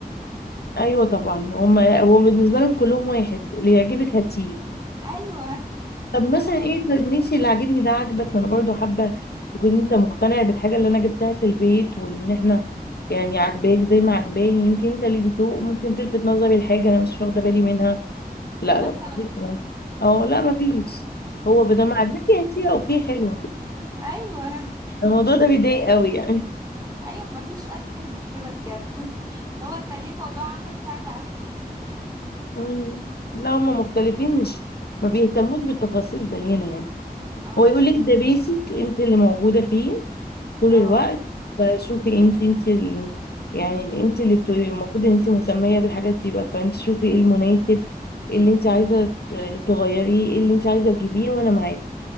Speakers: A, on the left (about 80°); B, on the right (about 25°).
A: ايوه طبعا هما هو بالنسبه لهم كلهم واحد اللي يعجبك هاتيه
B: ايوه بالظبط
A: طب مثلا ايه طب ماشي اللي عاجبني ده عاجبك ما انا برضو حابه تكون انت مقتنع بالحاجه اللي انا جبتها في البيت وان احنا يعني عاجباك زي ما عجباني يمكن انت اللي بتسوق ممكن تلفت نظري لحاجه انا مش واخده بالي منها لا
B: مثلا
A: لا مفيش الكلام ده. اه لا مفيش
B: مفيش
A: هو بدل ما
B: خالص
A: عجبك هاتيه اوكي حلو
B: ايوه
A: الموضوع ده
B: مفيش
A: بيضايق قوي يعني
B: ايوه مفيش اسهل من كده بجد <laughs> لو انت ليه الموضوع عندك سهل قوي كده
A: مم. لا هم مختلفين مش ما بيهتموش بالتفاصيل زينا يعني
B: اه
A: هو يقول
B: بالظبط
A: لك ده بيسك انت اللي موجوده فيه طول
B: اه
A: الوقت فشوفي انت انت اللي يعني انت اللي بت- المفروض ان انت مهتميه بالحاجات دي بقى فانت شوفي ايه المناسب إيه اللي انت عايزه ت- تغيريه إيه اللي انت عايزه تجيبيه وانا معاكي